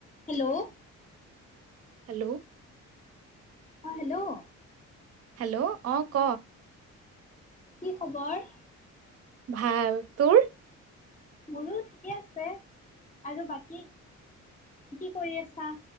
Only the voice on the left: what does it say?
hello
অঁ hello
কি খবৰ?
মোৰো ঠিকে আছে আৰু বাকী কি কৰি আছা?